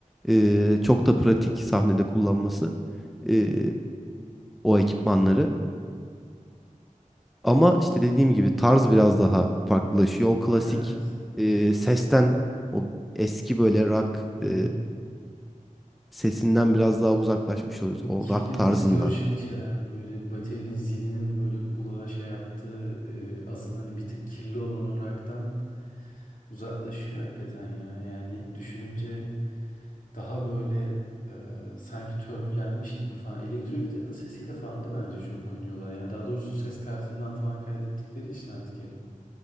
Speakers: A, in the centre; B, on the left.
A: E, çok da pratik sahnede kullanması e, o ekipmanları. Ama işte dediğim gibi tarz biraz daha farklılaşıyor. O klasik
B: Evet.
A: e, sesten o eski böyle rock
B: Hı hı.
A: e, sesinden biraz daha uzaklaşmış oluyoruz.
B: O
A: O
B: kirli
A: rock tarzından.
B: distortion içeren böyle baterinin zilinin böyle kulağa şey yaptığı e, asıl hani bir tık kirli olan o rock'tan uzaklaşıyor hakikaten ya. Yani düşününce Daha böyle e, sanki törpülenmiş gibi falan. Elektro gitarın sesiyle falan da bence çok oynuyorlar. Yani daha doğrusu ses kartından falan kaydettikleri için artık hep.